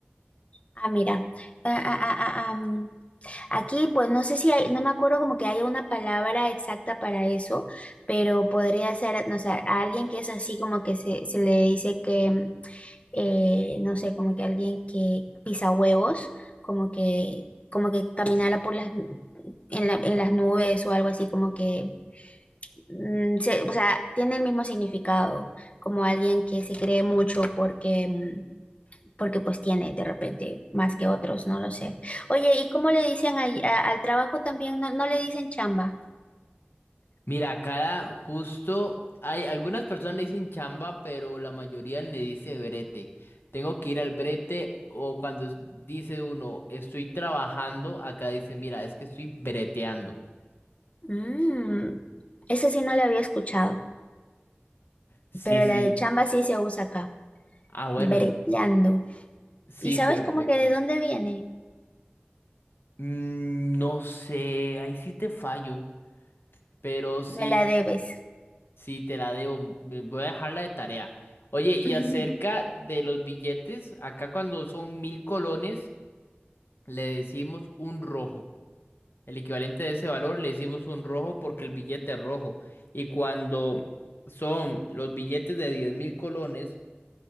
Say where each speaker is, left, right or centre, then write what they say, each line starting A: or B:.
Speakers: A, on the left; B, on the left.
A: ah, mira. Ah, ah, ah, ah, am. Aquí, pues no sé si hay, no me acuerdo como que haya una palabra exacta para eso, pero podría ser, no sé, a alguien que es así como que se, se le dice que. mm, eh, no sé, como que alguien que pisa huevos, como que, como que caminara por las, en la- en las nubes o algo así, como que, mm, se- o sea, tiene el mismo significado, como alguien que se cree mucho porque, mm, porque pues tiene de repente más que otros, no lo sé. Oye, ¿y cómo le dicen ahí a- al trabajo también? No, no le dicen chamba.
B: Mira, cara, justo hay algunas personas le dicen chamba, pero la mayoría le dice brete. Tengo que ir al brete o cuando es- dice uno, estoy trabajando, acá dice, mira, es que estoy breteando.
A: Mm, esa sí no la había escuchado,
B: Sí,
A: pero
B: sí.
A: la de chamba sí se usa acá,
B: Ah, bueno,
A: breteando.
B: en- sí,
A: ¿Y sabes
B: correcto.
A: como que de dónde viene?
B: Mm, no sé, ahí sí te fallo, pero sí.
A: Me la debes.
B: Sí, te la debo. me- Voy a dejarla de tarea. Oye, y
A: <laughs>
B: acerca de los billetes, acá cuando son mil colones, le decimos un rojo. El equivalente de ese valor le decimos un rojo porque el billete es rojo. Y cuando son los billetes de diez mil colones,